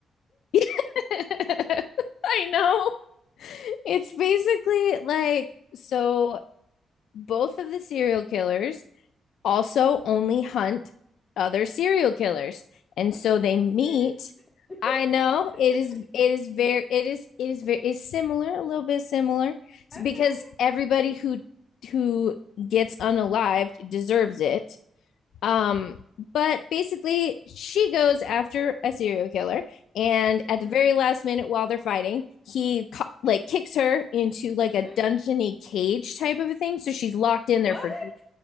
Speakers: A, on the left; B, on the left.
A: <laughs> I know. It's basically like so both of the serial killers also only hunt other serial killers. And
B: Okay,
A: so they
B: Dexter.
A: meet. I know
B: <laughs>
A: it is it is very it is it is very is similar, a little bit similar
B: Okay.
A: because everybody who who gets unalived deserves it. Um, but basically, she goes after a serial killer, and at
B: hmm
A: the very last minute, while they're fighting, he like kicks her into like a
B: <gasps>
A: dungeony cage type of a thing, so she's locked
B: What?
A: in there for